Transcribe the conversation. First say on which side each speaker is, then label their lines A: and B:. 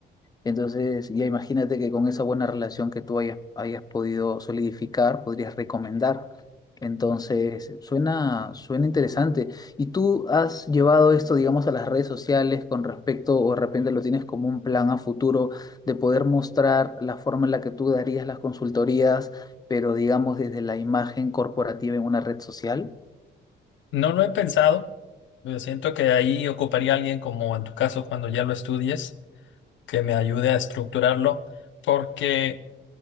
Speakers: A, on the left; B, on the left.
A: entonces, ya imagínate que con esa buena relación que tú hayas, hayas podido solidificar, podrías recomendar. Entonces, suena, suena interesante. ¿Y tú has llevado esto, digamos, a las redes sociales con respecto, o de repente lo tienes como un plan a futuro de poder mostrar la forma en la que tú darías las consultorías, pero digamos desde la imagen corporativa en una red social?
B: No lo he pensado, pero siento que ahí ocuparía a alguien como en tu caso cuando ya lo estudies, que me ayude a estructurarlo, porque